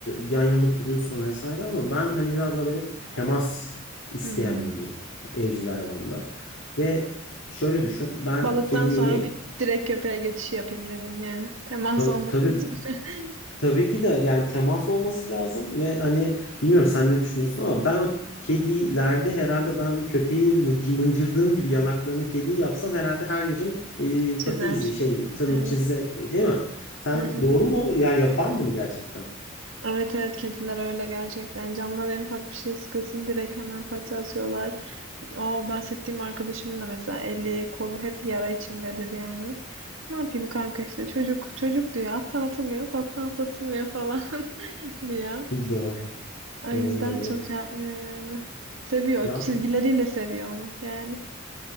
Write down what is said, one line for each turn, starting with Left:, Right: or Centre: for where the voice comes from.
Left: yan yana duruyorsun vesaire ama ben hani biraz daha böyle temas isteyen
Right: Hmm.
Left: biriyim evcil hayvanda. Ve şöyle düşün ben
Right: Balıktan
Left: kediyi
Right: sonra bir direkt köpeğe geçiş yapayım dedin yani. Temas
Left: ta-
Right: olması
Left: tabii
Right: için. <laughs>
Left: Tabii ki de yani temas olması lazım ve hani bilmiyorum sen ne düşünüyorsun ama ben o kedilerde herhalde ben köpeği mıcı- mıncırdığım gibi yanaklarını kediyi yapsam herhalde her yerim e,
Right: Çizer.
Left: pati izi şey tırnı
Right: Yani.
Left: çizgi değil mi? Sen
Right: Hı hı.
Left: doğru mu? Yani yapar mı bunu gerçekten?
Right: Evet evet kediler öyle gerçekten. Canlar en ufak bir şey sıkılsın direkt hemen paça atıyorlar. O bahsettiğim arkadaşımın da mesela eli kolu hep yara içindedir yani. Ne yapayım kanka işte çocuk çocuk diyor. Atsan atılmıyor, satsan satılmıyor falan <laughs> diyor.
Left: Doğru.
Right: O yüzden
Left: Doğru doğru.
Right: çok şey yapmıyor yani. Seviyor.
Left: Ya
Right: o Çizgileriyle seviyor onu yani.